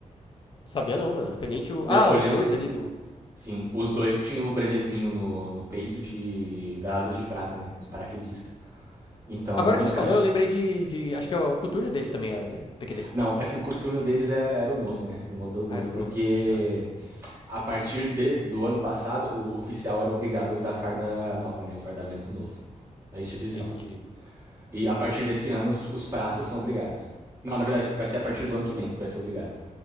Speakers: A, on the left; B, on the right.
A: Sabia não, mano. O tenente. e o-
B: De,
A: Ah,
B: olhando.
A: os dois ali do,
B: Sim, os dois tinham o brevezinho no, no peito de das asas de prata, né? Dos paraquedistas. Então,
A: Agora
B: os
A: que você
B: caras.
A: falou, eu lembrei de. de- acho que é o coturno deles também era, né? PQD.
B: Não, é que o turno deles é- era o novo, né? Era o modelo novo,
A: Ah, era novo.
B: porque
A: Ah, entendi.
B: a partir de- do ano passado, o oficial era obrigado a usar a farda nova, né? O fardamento novo da instituição.
A: Entendi.
B: E a partir desse ano, os, os praças são obrigados. Não, na verdade, vai ser a partir do ano que vem que vai ser obrigado.